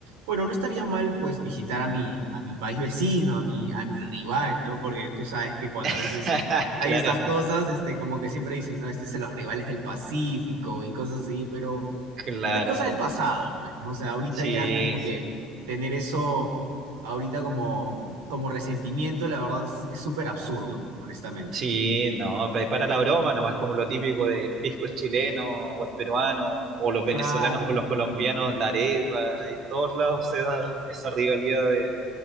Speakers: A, on the right (about 65°); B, on the right (about 45°).
A: bueno, no estaría mal, pues, visitar a mi, a mi país vecino, a mi, a mi rival, ¿no? Porque tú sabes que cuando
B: <laughs>
A: a veces hay
B: Claro,
A: estas cosas, este, como que siempre dicen, no, este es de los rivales del Pacífico y cosas así, pero...
B: claro.
A: Pero es cosa del pasado, pues, ¿no? O sea, ahorita
B: Sí,
A: ya es como que
B: sí.
A: tener eso ahorita como, como resentimiento, la verdad es es súper absurdo, honestamente.
B: Sí, no, pa- para la broma, nomás como lo típico del pisco es chileno o es peruano, o los
A: Claro.
B: venezolanos con los colombianos, la arepa, en todos lados se da esa rivalidad